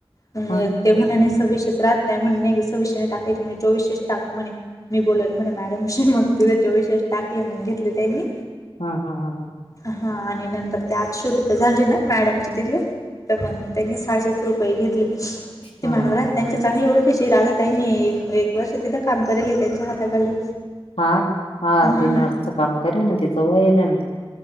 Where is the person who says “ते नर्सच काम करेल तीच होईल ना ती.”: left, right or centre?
Left